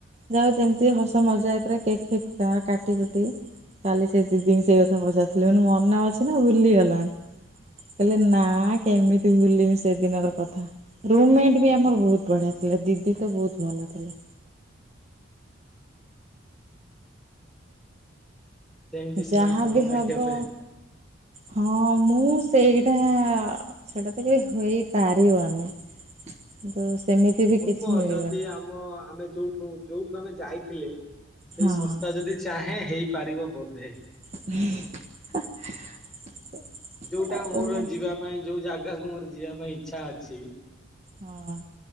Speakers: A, on the right; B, in the centre.
A: ଯାହା ହଉ ଯେମିତି ହସ ମଜାକରେ କେକ୍ ଫେକ୍ କାଟି କୁ ଟି କାଲି ସେ ଦିଦିଙ୍କି ସେଇ କଥା ପଚାରିଥିଲି, ମୁଁ କହିଲି ମନେ ମନ ଅଛି ନା ଭୁଲିଗଲଣି? କହିଲେ ନା କେମିତି ଭୁଲିମି ସେଦିନର କଥା। ରୁମମେଟ୍ ବି ଆମର ବହୁତ ବଢ଼ିଆ ଥିଲେ, ଦିଦି ତ ବହୁତୁ ଭଲ ଥିଲେ।
B: ସେମିତି ସିନା
A: ଯାହାବି
B: ହୁଅନ୍ତା
A: ହବ
B: କେବେ
A: ହଁ ମୁଁ ସେଇଟା ସେଟା ତ କେବେ ହେଇପାରିବନି କିନ୍ତୁ ସେମିତି ବି
B: ହବ
A: କିଛି ମିଳିବନି
B: ଯଦି ଆମ ଆମେ ଯୋଉଠୁ-ଯୋଉଠୁ ଆମେ ଯାଇଥିଲେ ସେଇ
A: ହଁ
B: ସଂସ୍ଥା ଯଦି ଚାହେଁ ହେଇପାରିବ ବୋଧେ।
A: <unintelligible>
B: ଯୋଉଟା
A: ଆଉ
B: ମୋର
A: ହଁ
B: ଯିବା ପାଇଁ ଯୋଉ ଜାଗାକୁ ମୋର ଯିବା ପାଇଁ ଇଚ୍ଛା ଅଛି
A: ହଁ।